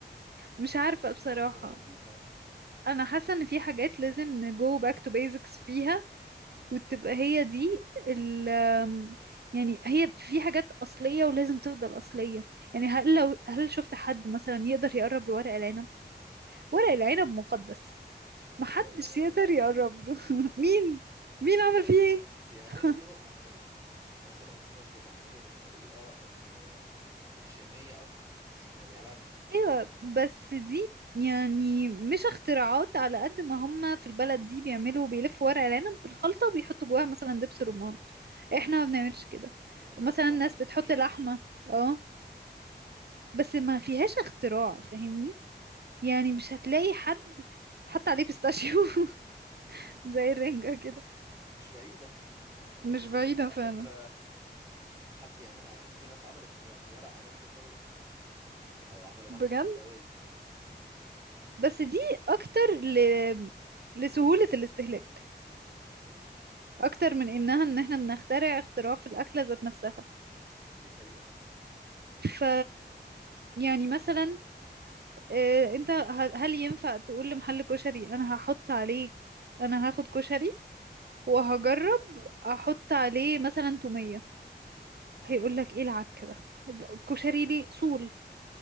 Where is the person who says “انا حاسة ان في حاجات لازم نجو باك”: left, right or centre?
Right